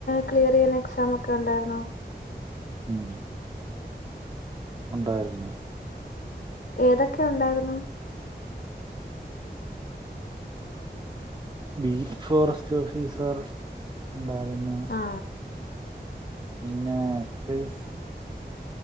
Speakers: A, on the left; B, on the right.
A: ക്ലിയറെയ്യുന്ന എക്സാം ഒക്കെ ഉണ്ടായിരുന്നോ?
B: ഉം ഉണ്ടായിരുന്നു.
A: ഏതൊക്കെ ഉണ്ടായിരുന്നു.
B: ബീറ്റ് ഫോറസ്റ്റ് ഓഫീസർ ഉണ്ടായിരുന്നു.
A: ആ
B: പിന്നെ എക്സൈസ്.